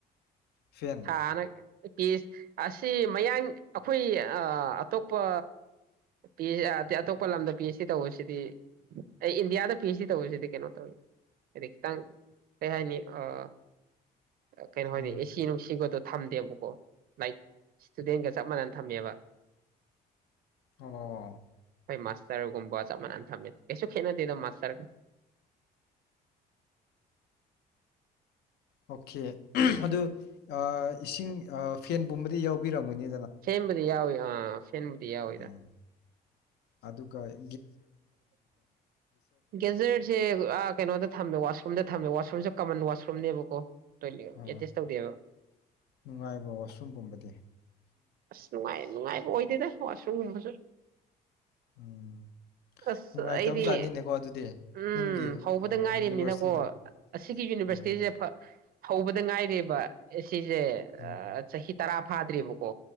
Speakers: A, on the left; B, on the right.
A: ꯐꯦꯟ
B: ꯁꯥꯅꯥ ꯄꯤ ꯑꯩꯆ ꯑꯁꯤ ꯃꯌꯥꯡ ꯑꯩꯈꯣꯏ ꯑ ꯑꯇꯣꯞꯄ ꯄꯤ ꯑꯇꯣꯞꯄ ꯂꯝꯗ ꯄꯤ ꯑꯩꯆ ꯁꯤꯗꯤ ꯇꯧꯕꯁꯤꯗꯤ ꯑꯩ ꯏꯟꯗꯤꯌꯥꯗ ꯄꯤ ꯑꯩꯆ ꯗꯤ ꯇꯧꯕꯁꯤꯗꯤ ꯀꯩꯅꯣ ꯇꯧꯋꯤ ꯍꯥꯏꯗꯤ ꯈꯤꯇꯪ ꯀꯩ ꯍꯥꯏꯅꯤ ꯑꯥ ꯀꯩꯅꯣ
A: ꯎꯝ
B: ꯍꯥꯏꯅꯦ ꯑꯦꯁꯤ ꯅꯨꯡꯁꯤꯒ ꯊꯝꯗꯦꯕꯀꯣ ꯂꯥꯏꯛ ꯏꯁꯇꯨꯗꯦꯟꯒ ꯆꯞ ꯃꯅꯅ ꯊꯝꯃꯦꯕ
A: ꯑꯣ
B: ꯃꯣꯏ ꯃꯥꯁꯇꯔꯒꯨꯝꯕ ꯆꯞ ꯃꯥꯟꯅꯅ ꯊꯝꯃꯦ ꯀꯩꯁꯨ ꯈꯦꯠꯅꯗꯦꯗꯥ ꯃꯥꯁꯇꯔꯒ
A: ꯑꯣꯀꯦ ꯑꯗꯨ ꯑꯥ ꯏꯁꯤꯡ ꯑ ꯐꯦꯟ ꯒꯨꯝꯕꯗꯤ ꯌꯥꯎꯕꯤꯔꯝꯒꯅꯤ
B: ꯐꯦꯟꯕꯨꯗꯤ ꯌꯥꯎꯏ ꯑꯥ ꯐꯦꯟꯕꯨꯗꯤ ꯌꯥꯎ ꯏꯗ
A: ꯎꯝ ꯑꯗꯨꯒ ꯑꯩ
B: ꯒꯦꯖꯔꯁꯦ ꯑ ꯀꯩꯅꯣꯗ ꯊꯝꯃꯦ ꯋꯥꯁ ꯋꯥꯁꯔꯨꯝꯗ ꯊꯝꯃꯦ ꯋꯥꯁꯔꯨꯝꯁꯦ ꯀꯃꯟ ꯋꯥꯁꯔꯨꯝꯅꯦꯕꯀꯣ ꯇꯣꯏꯂꯦꯠ
A: ꯑ
B: ꯑꯦꯇꯦꯁ ꯇꯧꯗꯦꯕ
A: ꯅꯨꯡꯉꯥꯏꯕ ꯋꯥꯁꯔꯨꯝ ꯒꯨꯝꯕꯗꯤ
B: ꯑꯁ ꯅꯨꯡꯉꯥꯏ ꯅꯨꯡꯉꯥꯏꯕ ꯑꯣꯏꯗꯦꯗ ꯋꯥꯁꯔꯨꯝꯒꯨꯝꯕꯁꯨ
A: ꯎꯝ
B: ꯑꯁ
A: ꯅꯨꯡꯉꯥꯏꯇꯕ
B: ꯑꯩꯗꯤ
A: ꯖꯥꯠꯅꯤꯅꯦꯀꯣ ꯑꯗꯨꯗꯤ
B: ꯎꯝ
A: ꯅꯪꯒꯤ
B: ꯍꯧꯕꯗ ꯉꯥꯏꯔꯤꯕꯅꯤꯅꯀꯣ
A: ꯌꯨꯅꯤꯚꯔꯁꯤꯇꯤꯗꯣ
B: ꯑꯁꯤꯒꯤ ꯌꯨꯅꯤꯚꯔꯁꯤꯇꯤꯁꯦ
A: ꯎꯝ
B: ꯐ ꯍꯧꯕ ꯑꯗꯨ ꯉꯥꯏꯔꯤꯕ ꯑꯦ ꯁꯤꯁꯦ
A: ꯎꯝ
B: ꯑ ꯆꯍꯤ ꯇꯔꯥ ꯐꯥꯗ꯭ꯔꯤꯕꯀꯣ